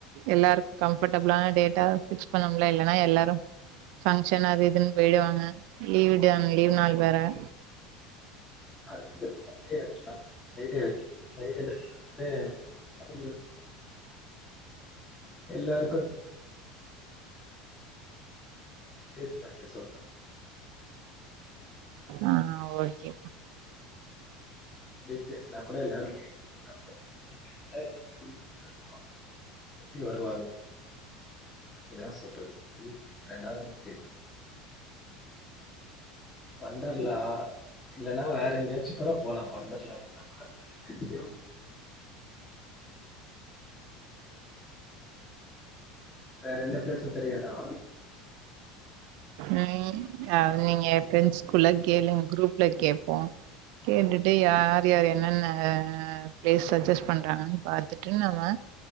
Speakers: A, on the right (about 65°); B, on the left (about 20°).
A: எல்லாருக்கு கம்ஃபர்டபுளான டேட்டா ஃபிக்ஸ் பண்ணம்ல இல்லனா எல்லாரு ஃபங்க்ஷன் அது இதுன் போயிடுவாங்க லீவ் டே அ லீவ் நாள் வேற
B: அதுக்குதா சன்டே ஃப்ரைடே ஃப்ரைடேல வந்து <unintelligible> எல்லாருக்கு ப்ளேஸ்ல வெக்க சொல்ற
A: ஆ ஓகே
B: வீக் டேஸ்னா கூட எல்லாரு லீவ் போட்டுக்குவாங்க வீக் என்ட்ல <inaudible> எப்டி வருவாங்க அதுக்குதா சொல்றது லீவ் டேஸ் வேனா வீக் டேஸ்ல வொண்டர்லா இல்லன்னா வேற எங்கயாச்சு கூட போலா ஒண்டர்லா இல்லனா வேற எங்கயாச்சியு வேற எந்த பிளேஸு தெரியாதா
A: உம் அது நீங்க ஃபிரண்ட்ஸ் குள்ள கேளுங்க குரூப்ல கேட்போ கேட்டுட்டு யார்
B: ம்.
A: யார் எ என்னென்ன பிளேஸ் சட்ஜஸ்ட் பண்றாங்கன்னு பாத்துட்டு நம்ம